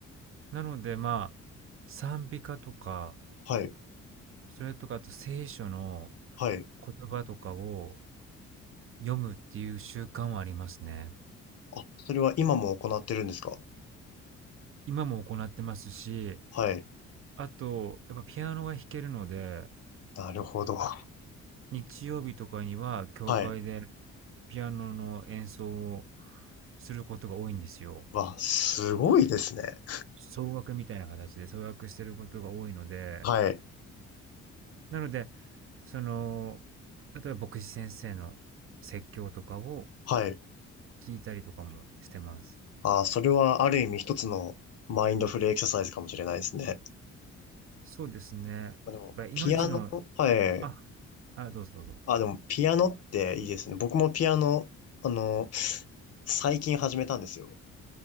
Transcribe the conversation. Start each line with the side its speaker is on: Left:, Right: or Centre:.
Right: なので、まあ、賛美歌とか、
Left: はい、
Right: それとかあと聖書の
Left: はい。
Right: 言葉とかを読むっていう習慣はありますね。
Left: あ、それは今も行ってるんですか
Right: 今も行ってますし、
Left: はい。
Right: あと、やっぱピアノが弾けるので
Left: なるほど。<laughs>
Right: 日曜日とかには教会で
Left: はい。
Right: ピアノの演奏をすることが多いんですよ。
Left: わ、すごいですね。
Right: 奏楽みたいな形で奏楽してることが多いので、
Left: はい、
Right: なので、その、例えば牧師先生の説教とかを
Left: はい。
Right: 聞いたりとかもしてます。
Left: あ、それはある意味一つのマインドフルエクササイズかもしれないですね。
Right: そうですね。
Left: まあでも、
Right: ま、命の
Left: ピアノ、はい。
Right: あ、あ、どうぞどうぞ。
Left: あ、でも、ピアノっていいですね。僕もピアノ、あの、最近始めたんですよ。